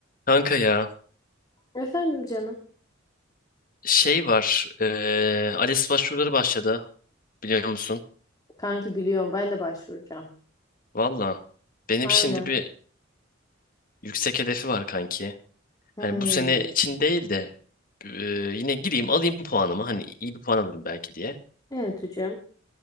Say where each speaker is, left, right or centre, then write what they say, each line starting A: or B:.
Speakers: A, on the left; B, on the left.
A: Kanka ya
B: Efendim canım.
A: şey var eee ALES başvuruları başladı biliyor musun?
B: Kanki biliyorum ben de başvuracağım.
A: Valla benim
B: Aynen.
A: şimdi bir yüksek hedefi var kanki.
B: Hmm.
A: Hani bu sene için değil de eee, yine gireyim alayım puanımı hani iyi bir puan alırım belki diye.
B: Evet hocam.